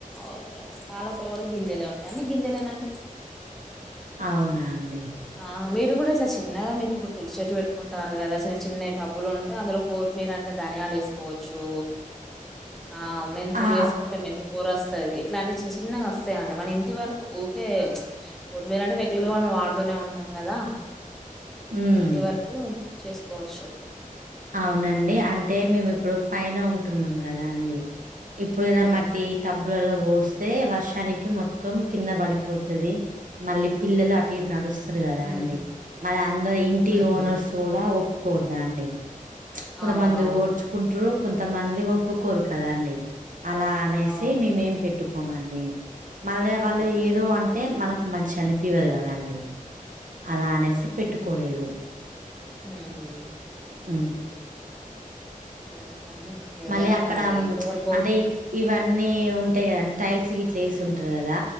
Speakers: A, in the centre; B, on the right.
A: ఓకే ఓకే పాలకూర కూడా గింజలే ఉంటాయి అన్ని గింజలేనాండి
B: అవునా అండి
A: ఆ మీరు కూడా ఇట్లా చిన్నగా మీకు ఇప్పుడు తులసిట్టు పెట్టుకో కుంటారు కదా చిన్న చిన్నయి డబ్బులు ఉంటే అందులో కొత్తిమీర అంటే ధనియాలు వేసుకోవచ్చు ఆ మెంతులు
B: ఆ!
A: వేసుకుంటే మెంతు పోర వస్తాది ఇట్లాంటివి చిన్న చిన్నగా వస్తాయిండి మన ఇంటి వరకు ఊకే కొత్మిర అంటే రెగ్యులర్గా మనం వాడుతునే ఉంటాం కదా
B: హ్మ్.
A: అవింటి వరకు చేసుకోవచ్చు
B: అవునండి అంటే మేము ఇప్పుడు పైన ఉంటున్నాం కదా అండి ఇప్పుడు ఎర్ర
A: ఉమ్,
B: మటి టబ్బులలో పోస్తే వర్షానికి మొత్తం కింద పడిపోతది మళ్ళీ పిల్లలు అటు ఇటు నడుస్తారు కదా
A: ఉమ్,
B: అండి మరి అందరు ఇంటి
A: ఉహు,
B: ఓనర్స్ కూడా ఒప్పుకోవద్దా అం డి కొంత
A: అవునవును
B: మంది ఓర్చు కుంటారు కొంతమంది ఒప్పుకోరు కదండి అలా అనేసి
A: అవును
B: మేమేం పెట్టుకోమండి మళ్ళ వాళ్ళు
A: ఓకే
B: ఏదో అంటే మనకి మంచిగా అనిపివ్వదు కదా అండి అలా అనేసి పెట్టుకోలేదు
A: హహ
B: అ
A: అంతేంతే అండి ఏదైనా
B: మళ్ళీ అక్కడ
A: మనం
B: హ్మ్,
A: ఎవరి కోప్
B: అంటే ఇ- ఇవన్నీ ఉంటాయి కదాండి టైల్స్ ఇట్లా వేసి ఉంటారు కదా